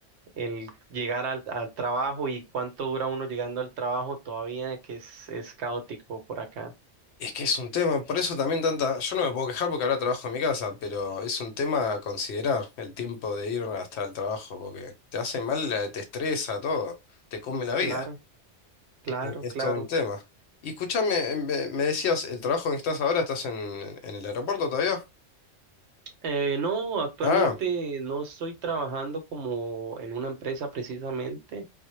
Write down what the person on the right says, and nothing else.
el llegar al, al trabajo y cuánto dura uno llegando al trabajo todavía, que es, es caótico por acá.
Claro, claro,
claro.
Eh, no, actualmente
no estoy trabajando como en una empresa precisamente.